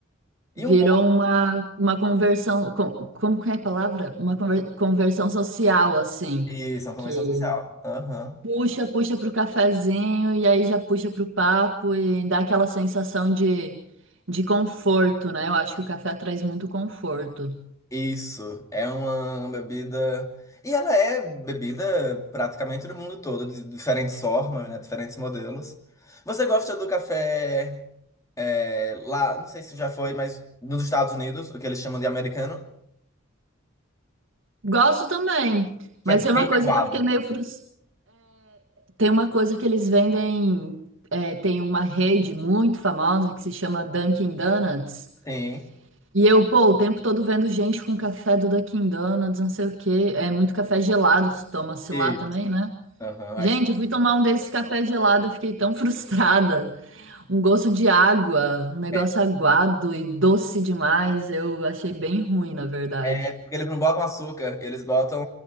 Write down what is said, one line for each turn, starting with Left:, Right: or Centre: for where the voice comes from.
Left: E
Right: Virou
Left: um bom.
Right: uma, uma conversão, com- como que é a palavra? Uma conver- conversão social, assim,
Left: Isso, é uma convenção
Right: que
Left: social. Aham.
Right: puxa, puxa para o cafezinho e aí já puxa para o papo e dá aquela sensação de, de conforto, né? Eu acho que o café traz muito conforto.
Left: Isso, é uma bebida. E ela é bebida praticamente do mundo todo, de diferentes formas, né? Diferentes modelos. Você gosta do café é, lá, não sei se já foi, mas nos Estados Unidos, o que eles chamam de americano?
Right: Gosto também,
Left: que
Right: mas
Left: é
Right: tem uma
Left: bem
Right: coisa
Left: aguado.
Right: que eu fiquei meio frustrada. tem uma coisa que eles vendem, é, tem uma rede muito famosa que se chama Dunkin' Donuts.
Left: Sim.
Right: E eu, pô, o tempo todo vendo gente com café do Dunkin' Donuts, não sei o quê. É muito café gelado, se toma-se
Left: Isso.
Right: lá também, né?
Left: Aham.
Right: Gente,
Left: Acho-
Right: eu fui tomar um desses café gelado, eu fiquei tão <laughs> frustrada. Um gosto de água, um negócio
Left: É,
Right: aguado e doce demais. Eu achei bem ruim, na verdade.
Left: É porque eles não botam açúcar, eles botam